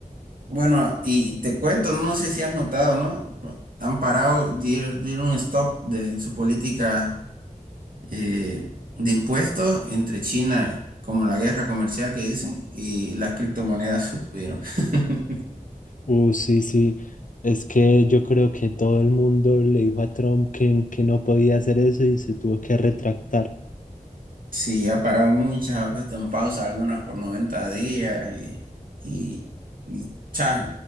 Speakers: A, on the right; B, on the left.
A: Bueno, y te cuento, no sé si has notado, ¿no? Han parado, dieron dieron un stop de su política eh, de impuestos entre China, como la guerra comercial que dicen, y las criptomonedas subieron. <laughs>
B: Uh, sí, sí. Es que yo creo que todo el mundo le dijo a Trump que, que no podía hacer eso y se tuvo que retractar.
A: Sí, ha parado muchas, ha puesto en pausa algunas por noventa días y, y, y cha,